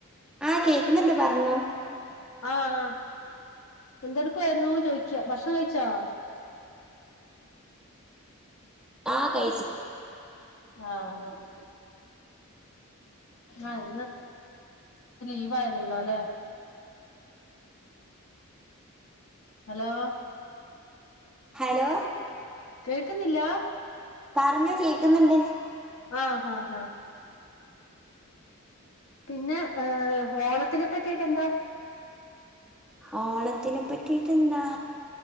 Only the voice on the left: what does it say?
ആഹ് ആ എന്തടുക്കായിരുന്നു ചോയ്ക്ക ഭക്ഷണം കഴിച്ചോ
ആഹ് ആഹ് ആ ഇന്ന് ലിവ് ആയിരുന്നല്ലോ അല്ലെ ഹലോ
കേക്ക്ന്നില്ല
ആ ആ ആ പിന്നെ ഏഹ് ഓണത്തിനെ പറ്റിയിട്ട് എന്താ